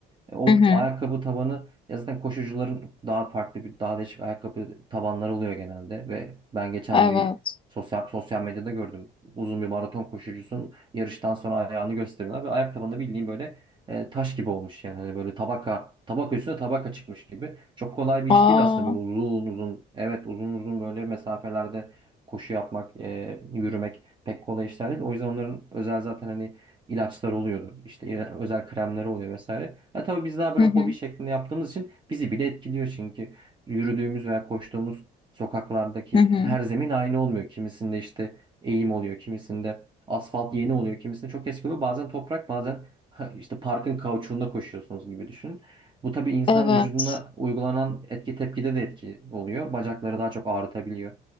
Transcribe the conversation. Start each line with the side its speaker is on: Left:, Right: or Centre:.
Right: E, O
Left: Hı hı.
Right: ayakkabı tabanı ya zaten koşucuların daha farklı bir daha değişik ayakkabı tabanları oluyor genelde ve ben geçen
Left: Evet.
Right: bir sosyal sosyal medyada gördüm. Uzun bir maraton koşucusunun yarıştan sonra ayağını gösteriyorlar ve ayak tabanında bildiğin böyle e, taş gibi olmuş yani hani böyle tabaka tabaka üstüne tabaka çıkmış gibi. Çok kolay bir
Left: Aa.
Right: iş değil aslında böyle uzun uzun evet uzun uzun böyle mesafelerde koşu yapmak, e, yürümek pek kolay işler değil. O yüzden onların özel zaten hani ilaçlar oluyordu. İşte ila- özel kremler oluyor vesaire. Ha, tabii biz daha böyle
Left: Hı hı.
Right: hobi şeklinde yaptığımız için bizi bile etkiliyor çünkü yürüdüğümüz veya koştuğumuz sokaklardaki
Left: Hı hı.
Right: her zemin aynı olmuyor. Kimisinde işte eğim oluyor, kimisinde asfalt yeni oluyor, kimisinde çok eski oluyor. Bazen toprak, bazen Ha, işte parkın kauçuğunda koşuyorsunuz gibi düşünün. Bu tabii insan
Left: Evet.
Right: vücuduna uygulanan etki tepkide de etki oluyor. Bacakları daha çok ağrıtabiliyor.